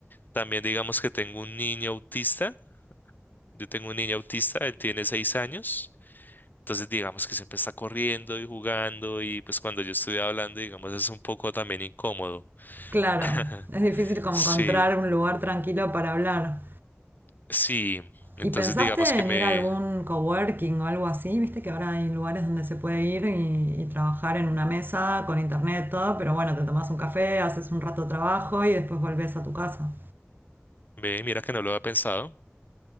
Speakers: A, on the left; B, on the right.
A: También digamos que tengo un niño autista. Yo tengo un niño autista, él tiene seis años. Entonces, digamos que siempre está corriendo y jugando y pues cuando yo estoy hablando, digamos, es un poco también incómodo.
B: claro.
A: <laughs>
B: Es difícil como
A: Sí,
B: encontrar un lugar tranquilo para hablar.
A: sí. Entonces,
B: ¿Y pensaste
A: digamos que
B: en
A: me,
B: ir a algún coworking o algo así? Viste que ahora hay lugares donde se puede ir y, y trabajar en una mesa con internet, todo, pero bueno, te tomas un café, haces un rato de trabajo y después volvés a tu casa.
A: ve, mira que no lo había pensado.